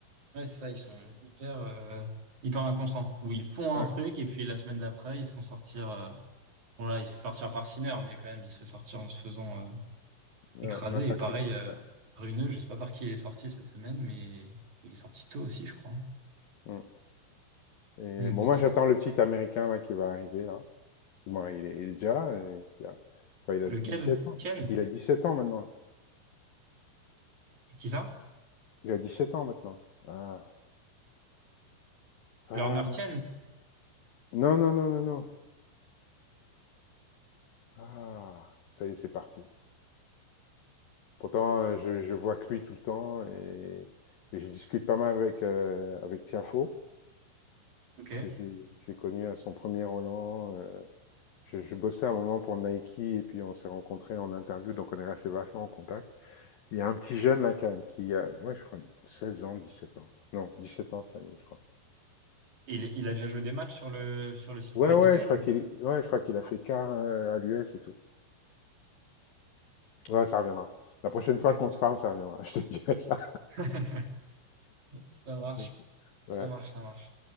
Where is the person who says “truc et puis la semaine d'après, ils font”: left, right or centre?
Right